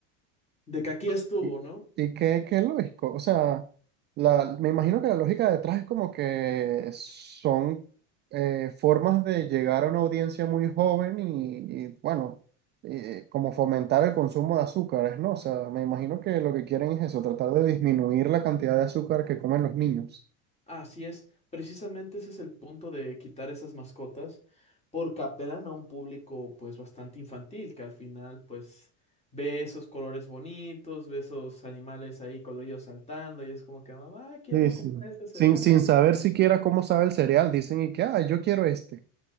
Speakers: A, on the left; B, on the right.
A: de que aquí estuvo,
B: ¿Y,
A: ¿no?
B: y qué, qué lógico? O sea, la, me imagino que la lógica detrás es como que son eh, formas de llegar a una audiencia muy joven y, y, bueno, eh, como fomentar el consumo de azúcares, ¿no? O sea, me imagino que lo que quieren es eso, tratar de disminuir la cantidad de azúcar que comen los niños.
A: Así es, precisamente ese es el punto de quitar esas mascotas, porque apelan a un público pues bastante infantil, que al final pues ve esos colores bonitos, ve esos animales ahí coloridos saltando y es como que mamá, quiero
B: Sí, sí.
A: comprar ese cereal.
B: Sin, sin saber siquiera cómo sabe el cereal, dicen y que, ah, yo quiero este.